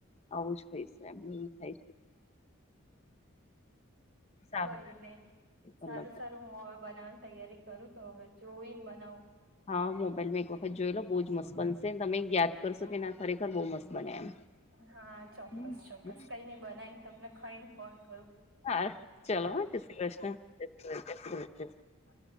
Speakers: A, on the left; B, on the right.
A: આવું જ ખાઈશું એમ એું ખાઈશ સારું
B: કોઈ નહી
A: લાગે
B: સારું
A: અલગ લાગે.
B: સારું હું બનાવવાની તૈયારી કરું તો હવે જોઈને બનાવું.
A: હા મોબાઈલમાં એક વખત જોયેલો બહુ જ મસ્ત બનશે તમે યાદ કરશો કે ના ખરેખર બહુ મસ્ત બને એમ
B: હા ચોક્કસ
A: હમ
B: ચોક્કસ કઈ નઈ બનાય તમને ખઈ ફોન કરું
A: હા ચલો હ જ શ્રી કૃષ્ણ જ્રી કૃષ્ણ જ્રી કૃષ્ણ
B: હા